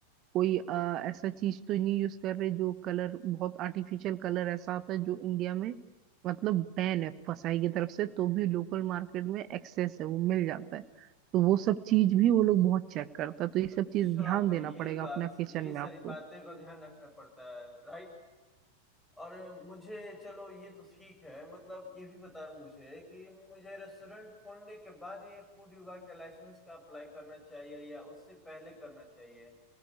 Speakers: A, on the right (about 35°); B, in the centre.
A: कोई अ, ऐसा चीज तो नहीं यूज कर रहे जो कलर बहुत आर्टिफिशियल कलर ऐसा आता है जो इंडिया में मतलब बैन है फसाई की तरफ से तो भी लोकल मार्केट में एक्सेस है वो मिल जाता है तो वो सब चीज भी वो लोग बहुत चेक करता है तो ये सब
B: अच्छा
A: चीज ध्यान
B: भाई
A: देना
B: ये
A: पड़ेगा
B: बात
A: अपना किचन
B: ये
A: में
B: सारी
A: आपको
B: बातें का ध्यान रखना पड़ता है राइट और मुझे चलो ये तो ठीक है मतलब ये भी बताओ मुझे कि मुझे रेस्टोरेंट खोलने के बाद ये फूड विभाग का लाइसेंस का अप्लाई करना चाहिए या उससे पहले करना चाहिए